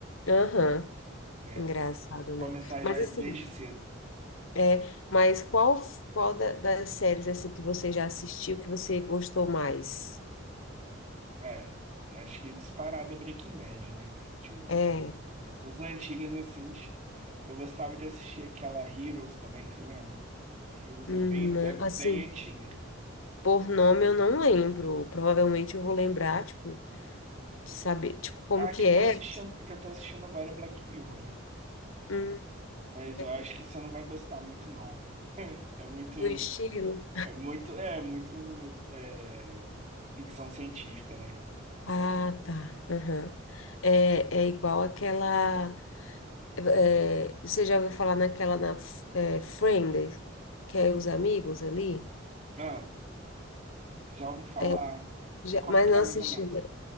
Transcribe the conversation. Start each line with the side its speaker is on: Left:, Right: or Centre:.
Left: Aham,
Right: É.
Left: Engraçado,
Right: Começar
Left: né? Mas
Right: já
Left: assim,
Right: desde cedo.
Left: é, mas qual, qual da- das séries assim que você já assistiu que você gostou mais?
Right: É, eu acho que disparada é Breaking Bad, né? Tipo, Igual
Left: É,
Right: eu falei. Essas antigas, assim, ti- eu gostava de assistir aquela Heroes também, você lembra? Heroes
Left: hum,
Right: é bem,
Left: não-
Right: é bem
Left: assim,
Right: antiga.
Left: por nome eu não lembro. Provavelmente eu vou lembrar, tipo, de saber, tipo, como
Right: Ah,
Left: que
Right: que eu
Left: é,
Right: tô assistindo,
Left: assim,
Right: que eu tô assistindo agora é Black Mirror, né?
Left: hum,
Right: Mas
Left: é
Right: eu acho que você não vai gostar muito, não. <laughs> É muito.
Left: do estilo.
Right: É muito, é muito é, ficção científica, né?
Left: Ah, tá. aham. É, é igual aquela. é, você já ouviu falar naquela na, é, Friends, que é os amigos ali?
Right: Ah, já ouvi falar.
Left: É, já-
Right: É como
Left: mas
Right: que
Left: não
Right: é, mais
Left: assisti.
Right: ou menos?
Left: né?